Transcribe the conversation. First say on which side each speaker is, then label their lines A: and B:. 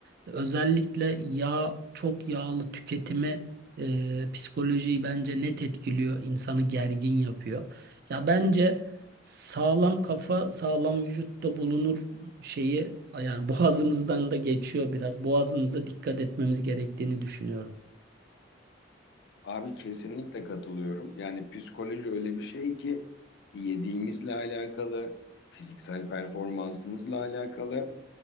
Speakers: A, on the right; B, on the left.
A: Özellikle yağ, çok yağlı tüketimi e, psikolojiyi bence net etkiliyor, insanı gergin yapıyor. Ya bence sağlam kafa, sağlam vücutta bulunur şeyi yani <laughs> boğazımızdan da geçiyor biraz. Boğazımıza dikkat etmemiz gerektiğini düşünüyorum.
B: Abi kesinlikle katılıyorum. Yani psikoloji öyle bir şey ki yediğimizle alakalı, fiziksel performansımızla alakalı.